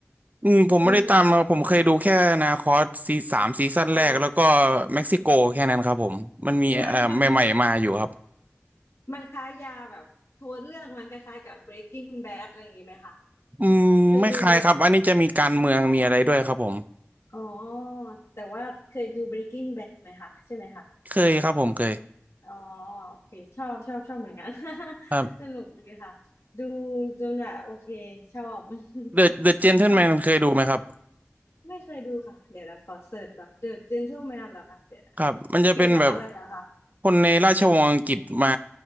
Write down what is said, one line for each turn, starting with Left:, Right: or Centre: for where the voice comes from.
Right: อืมผมไม่ได้ตามมาผมเคยดูแค่นาคอสซีสามซีซั่นแรกแล้วก็
Left: มีกี่กี่ภาคอ๋อ
Right: เม็กซิโกแค่นั้นครับผมมันมีเอ่อใหม่ๆมาอยู่ครับ
Left: มันมัน มันคล้ายยาแบบโทนเรื่องมันคล้ายๆกับ Breaking Bad อะไรอย่างงี้ไหมคะ
Right: อืมไม่คล้ายครับอันนี้จะมีการเมืองมีอะไรด้วยครับผม
Left: เคยดู Break อ๋ออ๋อแต่ว่าเคยดู Breaking Bad ไหมคะใช่ไหมคะ
Right: เคยครับผมเคย
Left: อ๋อโอเคชอบชอบชอบเหมือนกัน <laughs>
Right: ครับ
Left: สนุกดีค่ะดูจนแบบโอเคชอบ
Right: เดอะเดอะเจนเทิลแมนเคยดูไหมครับ
Left: <laughs> ใช่ไม่เคยดูค่ะเดี๋ยวนะขอเสิร์ชก่อน The Gentleman เหรอคะเดี๋ยวนะ
Right: ครับมันจะเป็นแบบ
Left: เกี่ยวกับอะไรเหรอคะ
Right: คนในราชวงศ์อังกฤษมา